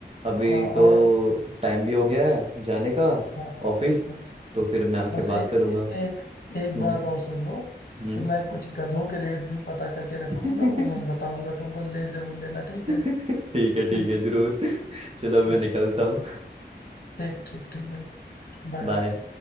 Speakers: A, on the right (about 35°); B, on the left (about 60°).
A: अभी
B: हाँ
A: तो
B: और
A: टाइम भी हो गया है जाने का
B: हाँ
A: ऑफिस
B: हाँ,
A: तो फिर मैं आके
B: बस
A: बात
B: ए,
A: करूँगा
B: ए, एक एक
A: हम्म
B: बात और सुन लो
A: हम्म
B: कि मैं कुछ गधों के रेट भी पता करके रखूंगा
A: <laughs>
B: वो मैं बताऊंगा तुमको ले जरूर लेना ठीक है
A: ठीक है ठीक
B: <laughs>
A: है जरूर चलो मैं
B: हम्म,
A: निकलता हूँ
B: ठीक ठीक ठीक भाई बाय
A: बाय